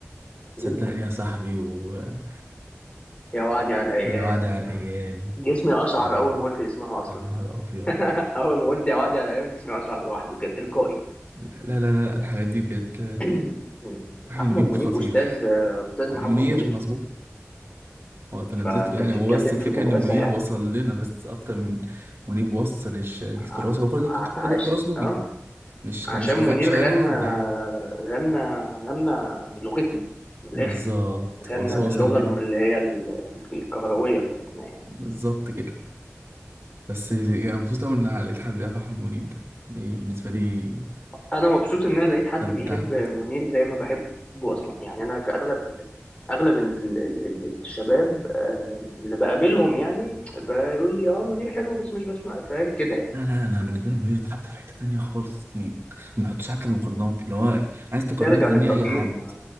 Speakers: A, on the right (about 55°); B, on the left (about 25°).
A: صدقني
B: جدا
A: يا صاحبي وما
B: يا وادي على الايام
A: وعد على الايام
B: جسمي اشعر
A: يا نهار
B: اول
A: ابيض
B: ما قلت اسمها اصلا
A: يا نهار ابيض
B: <laughs> اول ما قلت يا وادي على الايام جسمي اشعر لوحده كده تلقائي
A: لا لا لا, لا الحاجات دي بجد
B: <clears throat>
A: أحمد
B: احمد
A: منيب
B: منيب
A: خطير
B: استاذ استاذ
A: منير
B: محمد منير
A: مظبوط هو تلامذته
B: فانت
A: يعني
B: بتتكلم
A: هو بس الفكرة
B: في المدرسه
A: إن منير
B: يعني
A: وصل لنا بس أكتر من منيب وصل الش- التراث
B: ع-
A: هو كل
B: ع-
A: ده كنت كل ده
B: عش...
A: تراث نوبي
B: اه
A: مش
B: عشان
A: مش أغ-
B: منير
A: مش أغاني
B: غنى
A: حد يعني
B: غنى غنى بلغتنا من الاخر
A: بالظبط
B: غنى
A: هو بس وصل
B: باللغه
A: لنا
B: اللي هي ال- الكهرويه بتاعتنا يعني
A: بالظبط كده بس يعني مبسوط أوي إن لقيت حد يعرف أحمد منيب ده يعني بالنسبة لي
B: انا مبسوط ان انا لقيت حد
A: استمتعت
B: بيحب منير زي ما بحبه اصلا يعني انا كاغلب ال... اغلب ال... ال... ال- الشباب آه، اللي بقابلهم يعني بيقول لي اه منير حلو بس مش بسمع فاهم كده يعني
A: لا لا أنا بالنسبة لي منير اتحط في حتة تانية خالص يعني ما بحطش حتى المقارنات اللي هو عايز تقارني
B: نرجع
A: قارني
B: للتقييم
A: أي حد